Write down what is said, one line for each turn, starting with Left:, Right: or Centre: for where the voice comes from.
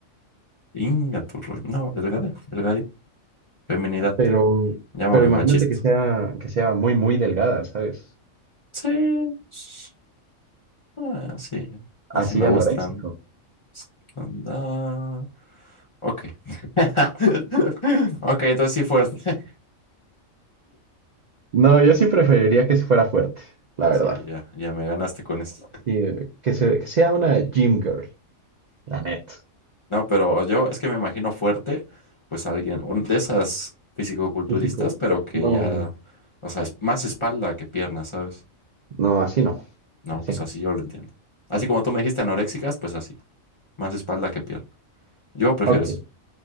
Left: Inga tu roi- No, delgada, delgadita. Feminidad.
Right: Pero,
Left: Llámame
Right: pero imagínate
Left: machista.
Right: que sea, que sea muy, muy delgada, ¿sabes?
Left: Sí. s- Ah, sí. Así
Right: Así
Left: me
Right: anoréxico.
Left: gustan. S- Anda. Ok. <laughs> Ok, entonces sí fuerte. <laughs>
Right: No, yo sí preferiría que se fuera fuerte, la
Left: Sí,
Right: verdad.
Left: ya, ya me ganaste con esto.
Right: Sí, que se, que sea una gym girl, la neta.
Left: No, pero yo es que me imagino fuerte, pues alguien, un- de esas fisicoculturistas,
Right: Y sí, co-
Left: pero que
Right: No,
Left: ya, o sea, es más espalda que pierna, ¿sabes?
Right: no, así no.
Left: No,
Right: Así
Left: pues
Right: no.
Left: así yo lo entiendo. Así como tú me dijiste anoréxicas, pues así, más espalda que pierna. Yo prefiero
Right: Ok,
Left: eso.